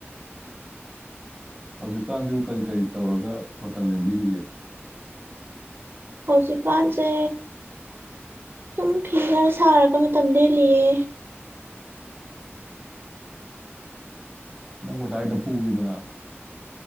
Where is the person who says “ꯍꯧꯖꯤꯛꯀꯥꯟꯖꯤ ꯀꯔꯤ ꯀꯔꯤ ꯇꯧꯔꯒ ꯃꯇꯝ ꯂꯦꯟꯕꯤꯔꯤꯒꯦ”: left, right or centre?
Right